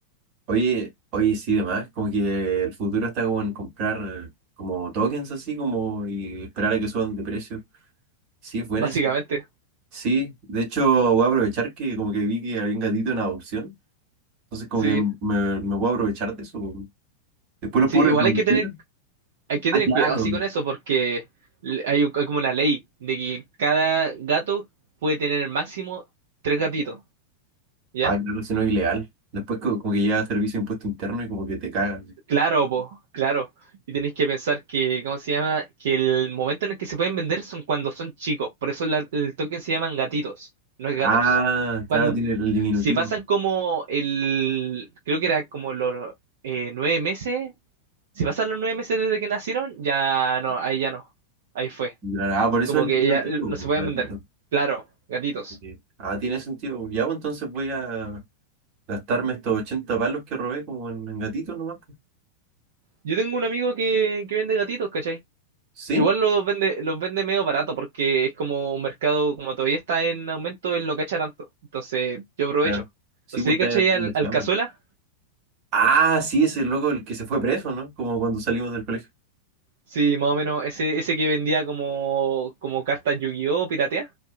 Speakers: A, on the right (about 40°); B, on the right (about 55°).
A: Oye, oye, sí, demás, como que el futuro está como en comprar eh, como tokens así, como y esperar a que suban de precio. Sí, es buena
B: Básicamente,
A: eso. Sí, de hecho voy a aprovechar que como que vi que había un gatito en adopción, entonces como
B: sí.
A: que me, me voy a aprovechar de eso. Después lo
B: Sí,
A: puedo
B: igual
A: reproducir.
B: hay que tener, hay que
A: Ah,
B: tener
A: claro.
B: cuidado así con eso porque l- hay, un- hay como una ley de que cada gato puede tener máximo tres gatitos, ¿ya?
A: Ah, claro, si no es ilegal. Después co- como que llega a servicio de impuesto interno y como que te cagas.
B: Claro, po, claro. Y tenéis que pensar que, ¿cómo se llama? Que el momento en el que se pueden vender son cuando son chicos. Por eso la- el token se llaman gatitos, no es gatos.
A: Ah,
B: Cuando,
A: claro, tiene el diminutivo.
B: si pasan como el, creo que era como los eh, nueve meses, si pasan los nueve meses desde que nacieron, ya no, ahí ya no. Ahí fue.
A: Claro, Ah, por eso
B: Como
A: el
B: que
A: diminutivo,
B: ya eh, no se
A: po,
B: pueden
A: gatito.
B: vender. Claro, gatitos.
A: Ok. Ah, tiene sentido. po. Ya, pues entonces voy a gastarme estos 80 palos que robé como en, en gatitos nomás. pues.
B: Yo tengo un amigo que, que vende gatitos, ¿cachai?
A: ¿Sí?
B: Igual los vende, los vende medio barato porque es como un mercado, como todavía está en aumento, él no cacha tanto. Entonces yo aprovecho.
A: Claro. Sí,
B: No sé
A: pues
B: si
A: está
B: caché
A: denunciando.
B: al, al Cazuela.
A: Ah, sí, ese loco el que se fue preso, ¿no? Como cuando salimos del colegio.
B: Sí, más o menos ese, ese que vendía como, como cartas Yu-Gi-Oh! piratea.